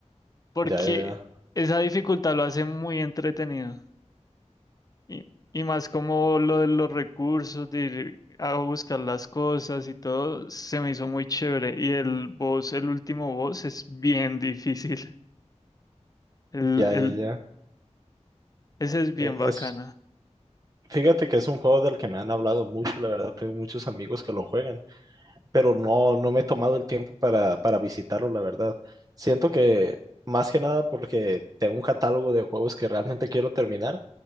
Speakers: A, on the left; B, on the right.
A: porque
B: ya, ya,
A: esa dificultad lo hace muy entretenido. Y, y más como lo de los recursos, de ir a buscar las cosas y todo, se me hizo muy chévere. Y el boss, el último boss, es bien difícil. El,
B: ya,
A: el,
B: ya, ya, ya.
A: ese es bien
B: E-
A: bacana.
B: Es, fíjate que es un juego del que me han hablado mucho, la verdad, tengo muchos amigos que lo juegan. pero no, no me he tomado el tiempo para, para visitarlo, la verdad. Siento que más que nada porque tengo un catálogo de juegos que realmente quiero terminar,